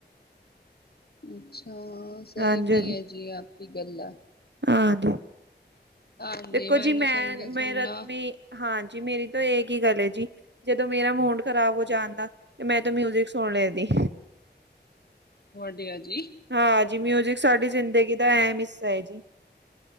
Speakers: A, on the left; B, on the right.
A: ਅੱਛਾ, ਸਹੀ
B: ਹਾਂਜੀ
A: ਵੀ
B: ਹਾਂਜੀ
A: ਐ ਜੀ ਆਪ ਕੀ ਗੱਲਾ।
B: ਹਾਂਜੀ
A: ਹਾਂਜੀ
B: ਦੇਖੋ
A: ਮੈਨੂੰ
B: ਜੀ ਮੈਂ
A: ਸੰਗੀਤ
B: ਮੇਰਾ
A: ਸੁਣਨਾ
B: ਤੇ ਮੇ ਹਾਂਜੀ ਮੇਰੀ ਤੋਂ ਏਕ ਹੀ ਗੱਲ ਹੈ ਜੀ। ਜਦੋਂ ਮੇਰਾ ਮੂਡ ਖ਼ਰਾਬ ਹੋ ਜਾਂਦਾ ਤੇ ਮੈਂ ਤਾ ਮਿਊਜਿਕ ਸੁਣ ਲੈਂਦੀ।
A: ਵਧੀਆ ਜੀ
B: ਹਾਂ ਜੀ ਮਿਊਜਿਕ ਸਾਡੀ ਜ਼ਿੰਦਗੀ ਦਾ ਅਹਿਮ ਹਿੱਸਾ ਹੈ ਜੀ।